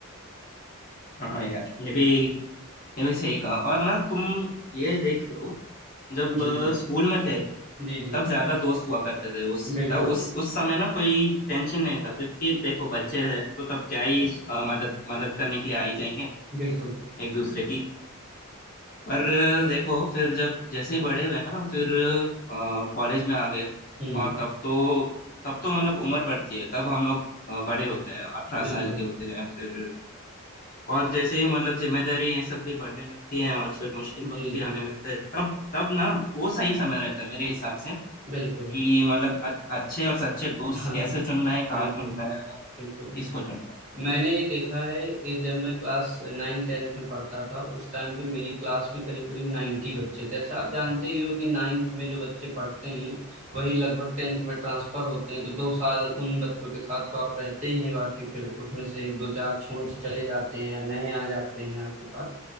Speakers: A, on the left (about 40°); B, on the right (about 35°).
A: हाँ यार ये भी ये भी सही कहा और ना तुम ये देख लो जब
B: जी
A: अ,
B: जी
A: स्कूल में थे
B: जी जी
A: तब ज्यादा दोस्त हुआ करते थे उस
B: बिल्कुल
A: तब उस उस समय ना कोई टेंशन नहीं था क्योंकि देखो बच्चे हैं तो तब क्या ही अ, मदद मदद करने के लिए आ ही जाएंगे
B: बिल्कुल
A: एक दूसरे की पर देखो फिर जब जैसे ही बड़े हुए ना फिर कॉलेज में आ गए
B: हम्म
A: और तब तो तब तो मतलब उम्र बढ़ती है तब हम लोग अ, बड़े होते हैं अठारह
B: बिल्कुल
A: साल के होते हैं फिर और जैसे ही मतलब जिम्मेदारी ये सब भी बढ़ने लगती है और फिर मुश्किल
B: जी
A: वक्त भी आने
B: जी
A: लगता है तब तब ना वो सही समय रहता है मेरे हिसाब से
B: बिल्कुल
A: कि मतलब अ- अच्छे और सच्चे दोस्त
B: हाँ
A: कैसे
B: हाँ,
A: चुनना है कहाँ
B: बिल्कुल
A: चुनना है और
B: बिल्कुल बिल्कुल
A: किसको चुनना है
B: मैंने ये देखा है ये जब मैं क्लास नाइन टेंथ में पढ़ता था उस टाइम पे मेरी क्लास में करीब करीब 90 बच्चे थे अच्छा आप जानते ही हो कि नाइन्थ में जो बच्चे पढ़ते हैं वही लगभग टेंथ में ट्रांसफर होते हैं तो दो साल उन बच्चों के साथ तो आप रहते ही हैं बाकी फिर उसमें से एक दो चार छोड़ के चले जाते हैं या नए आ जाते हैं आपके पास